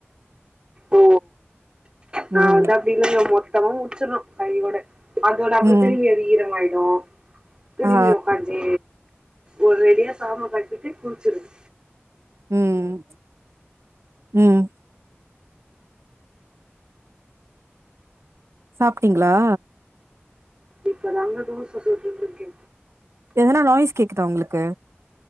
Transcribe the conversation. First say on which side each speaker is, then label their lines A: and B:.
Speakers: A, on the right; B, on the right.
A: ஓ நா
B: ம்
A: வந்து அப்டி இல்லங்க மொத்தா முடிச்சிறுனு கையோட அதோட அப்றோ
B: ம்
A: திரும்பி அது ஈரமா ஆயிடு திரும்பி
B: ஆ
A: உக்காஞ்சு ஒரு ரெடியா சாம கலடிட்டு குளிச்சிறது
B: ம் ம் சாப்ட்டீங்ளா
A: இப்ப தாங்க தோச சுட்டுட்டு இருக்கே
B: எதனா நாய்ஸ் கேக்குதா உங்களுக்கு